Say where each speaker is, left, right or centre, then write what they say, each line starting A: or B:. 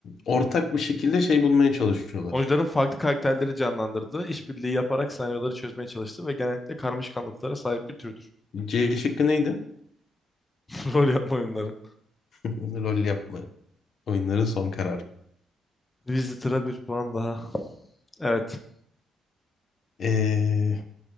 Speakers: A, on the left (about 60°); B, on the left (about 20°).
A: Ortak bir şekilde şey bulmaya çalışıyorlar.
B: Oyuncuların farklı karakterleri canlandırdığı, işbirliği yaparak senaryoları çözmeye çalıştığı ve genellikle karmaşık anlatılara sahip bir türdür.
A: C şıkkı neydi?
B: <laughs> Rol yapma oyunları.
A: <laughs> Rol yapma. Oyunların son karar.
B: Visitor'a bir puan daha. Evet.
A: Ee,